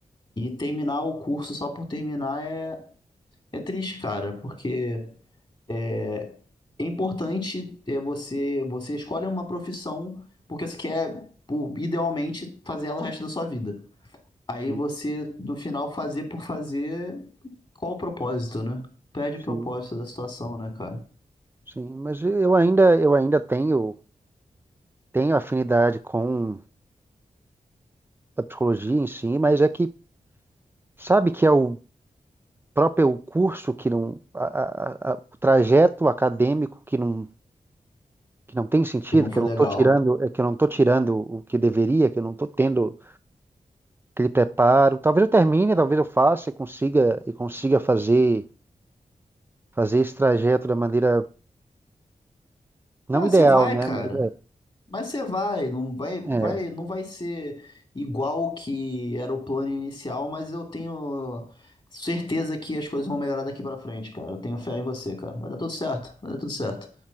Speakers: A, on the left (about 35°); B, on the right (about 15°).
A: E terminar o curso só por terminar é, é triste, cara, porque é, é importante é, você, você escolhe uma profissão porque você quer, por- idealmente, fazer ela o resto da sua vida. Aí
B: sim,
A: você, no final, fazer por fazer, qual o propósito, né? Perde o propósito
B: sim,
A: da situação, né, cara?
B: sim. Mas eu ainda, eu ainda tenho. tenho afinidade com a psicologia em si, mas é que sabe que é o próprio curso que não, a- a- a- o trajeto acadêmico que não, que não tem sentido,
A: E não
B: que
A: foi
B: eu não
A: legal.
B: estou tirando, é que eu não estou tirando o que deveria, que eu não estou tendo aquele preparo. Talvez eu termine, talvez eu faça e consiga e consiga fazer fazer esse trajeto da maneira não
A: Ah,
B: ideal,
A: você vai,
B: né?
A: cara.
B: Mas
A: Mas você vai, não vai,
B: é, é.
A: vai, não vai ser igual o que era o plano inicial, mas eu tenho certeza que as coisas vão melhorar daqui pra frente, cara. Eu tenho fé em você, cara. Vai dar tudo certo, vai dar tudo certo.